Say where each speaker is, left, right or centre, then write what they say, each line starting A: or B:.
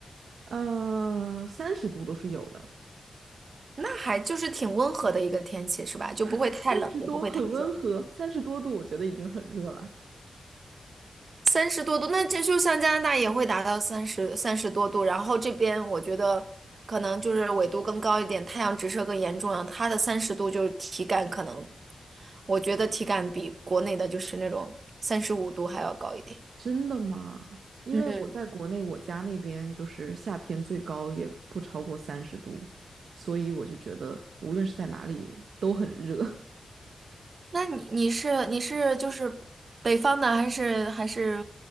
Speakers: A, on the right (about 80°); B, on the right (about 45°).
A: 呃，三十度都是有的，
B: 那还就是挺温和的一个天气是吧？就不会太冷，
A: <laughs> 三十多很温和，
B: 也不会太热。
A: 三十多度我觉得已经很热了。
B: 三十多度，那这就像加拿大也会达到三十三十多度，然后这边我觉得可能就是纬度更高一点，太阳直射更严重了，它的三十度就是体感可能，我觉得体感比国内的就是那种三十五度还要高一点。
A: 真的吗？因为我在国内，
B: 嗯，
A: 我家那边就是夏天最高也不超过三十度，所以我就觉得无论是在哪里都很热。<laughs>
B: 那你你是你是就是北方的还是还是